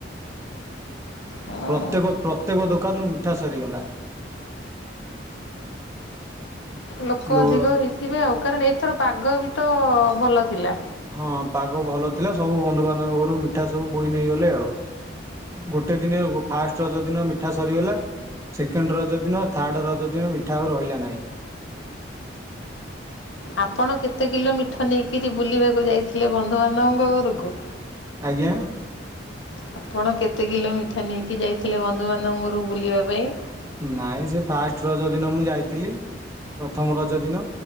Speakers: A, on the left; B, on the right.
A: ହଁ
B: ପ୍ରତ୍ୟେକ-ପ୍ରତ୍ୟେକ ଦୋକାନରୁ ମିଠା ସରିଗଲା।
A: ଲୋକ
B: ଲୋ
A: ଅଧିକ ହେଇଥିବେ ଆଉ କାରଣ ଏଥର ପାଗ ବି ତ ଭଲ ଥିଲା।
B: ହଁ ପାଗ ଭଲ ଥିଲା ସବୁ ବନ୍ଧୁବାନ୍ଧବ ଘରୁ ମିଠା ସବୁ ବୋଇ ନେଇଗଲେ ଆଉ। ଗୋଟେ ଦିନେ ଫାଷ୍ଟ ରଜଦିନ ମିଠା ସରିଗଲା। ସେକେଣ୍ଡ ରଜ ଦିନ ଥାର୍ଡ଼ ରଜ ଦିନ ମିଠା ଆଉ ରହିଲା ନାହିଁ।
A: ଆପଣ କେତେ କିଲୋ ମିଠା ନେଇକିରି ବୁଲିବାକୁ ଯାଇଥିଲେ ବନ୍ଧୁବାନ୍ଧବଙ୍କ ଘରକୁ?
B: ଆଜ୍ଞା।
A: ଆପଣ କେତେ କିଲୋ ମିଠା ନେଇକି ଯାଇଥିଲେ ବନ୍ଧୁବାନ୍ଧବଙ୍କ ଘରକୁ ବୁଲିବା ପାଇଁ?
B: ନହିଁ ସେ ଫାଷ୍ଟ ରଜ ଦିନ ମୁଁ ଯାଇଥିଲି ପ୍ରଥମ ରଜ ଦିନ